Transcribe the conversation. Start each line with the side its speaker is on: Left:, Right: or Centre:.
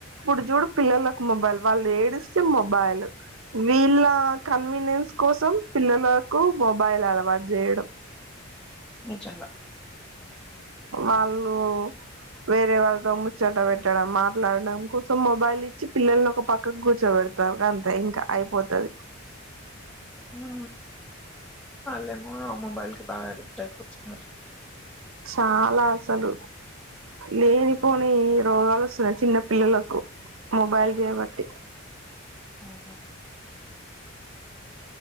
Right: ప్పుడు చూడు పిల్లలకు మొబైల్ వాళ్ళు ఏడిస్తే మొబైల్ విల్లా కన్వీనియన్స్ కోసం పిల్లలకు మొబైల్ అలవాటు జేయడం.
Centre: నిజంగా
Right: వాళ్ళు వేరే వాళ్ళతో ముచ్చట పెట్టడం మా మాట్లాడం కోసం మొబైల్ ఇచ్చి పిల్లల్ని ఒక పక్కకు కూర్చోబెడత అంతే ఇంకా అయిపోతది.
Centre: ఉ నేపోను మొబైల్ కి బాగా అడిక్ట్ అయిపోతున్నర్.
Right: చాలా అసలు లేనిపోని రోగాలు వస్సున్నాయి, చిన్న పిల్లలు మొబైల్ జెయ్ బట్టి
Centre: అవునా